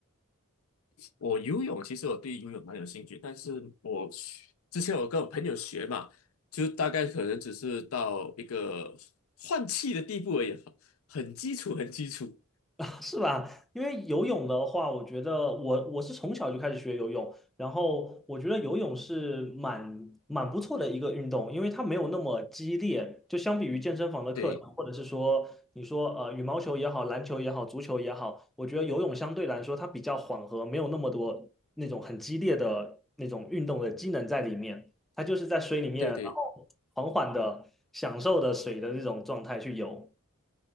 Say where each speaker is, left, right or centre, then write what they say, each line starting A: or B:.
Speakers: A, on the left (about 75°); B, in the centre.
A: 我游泳其实我对游泳蛮有兴趣，但是我学之前我跟我朋友学嘛，就大概可能只是到一个换气的地步而已，很基础，很基础。
B: 吧 <laughs> 是吧？因为游泳的话，我觉得我我是从小就开始学游泳，然后我觉得游泳是蛮蛮不错的一个运动，因为它没有那么激烈，就相比于健身房的课程，
A: 对
B: 或者是说你说呃羽毛球也好，篮球也好，足球也好，我觉得游泳相对来说它比较缓和，没有那么多那种很激烈的那种运动的机能在里面，它就是在水里面，
A: 对对，
B: 然后缓缓的享受的水的这种状态去游。